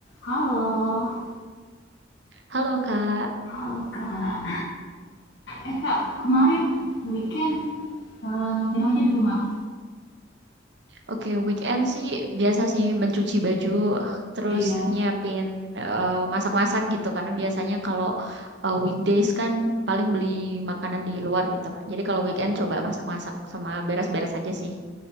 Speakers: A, on the left; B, on the right.
A: Halo,
B: Halo Kak,
A: halo Kak. Eh Kak, kemarin weekend eh, ngapain aja di rumah?
B: oke weekend sih biasa sih mencuci baju terus
A: Iya.
B: nyiapin eh, masak-masak gitu karena biasanya kalau eh, weekdays kan paling beli makanan di luar gitu. Jadi kalau weekend coba masak-masak sama beres-beres aja sih.